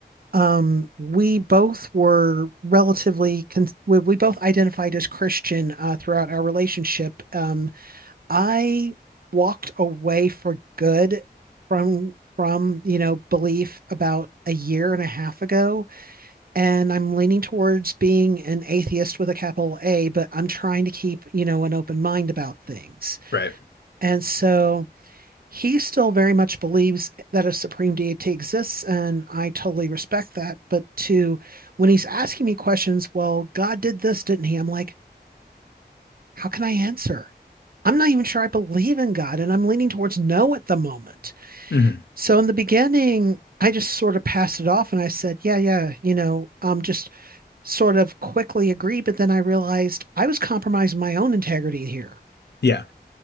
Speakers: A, on the right (about 60°); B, on the left (about 85°).
A: um, we both were relatively, con we, we both identified as Christian uh, throughout our relationship. Um, I walked away for good from from, you know, belief about a year and a half ago, and I'm leaning towards being an atheist with a capital A, but I'm trying to keep, you know, an open mind about things.
B: Right.
A: And so he still very much believes that a supreme deity exists, and I totally respect that. But to when he's asking me questions, well, God did this, didn't he? I'm like, how can I answer? I'm not even sure I believe in God, and I'm leaning towards no at the moment.
B: hmm
A: So in the beginning, I just sort of passed it off and I said, yeah, yeah, you know, um, just sort of quickly agree. But then I realized I was compromising my own integrity here.
B: Yeah,